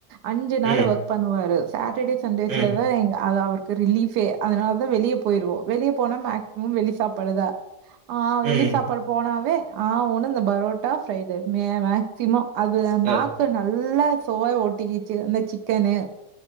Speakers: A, on the right; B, on the right.
A: அஞ்சு நாளு
B: ம்,
A: ஒர்க் பண்ணுவாரு சாட் ட்ர்டே சண்டேஸ்ல
B: ம்,
A: தா எங் அது அவரு க்கு ரிலீஃபே அதனால தா வெளிய போயிருவோ வெளிய போனா மேக்சிமம் வெளி ஃப் சாப்பாடுதா ஆஹ் வெளி
B: ம்.
A: சாப்பாடு போனாவே ஆவுன்னா இந்த பரோட்டா ஃப்ரைடு ரைஸ் மே மேக்சிமம் அது
B: அ,
A: நாக்கு நல்லா சுவை ஓட்டிக்கிச்சு அந்த சிக்கனு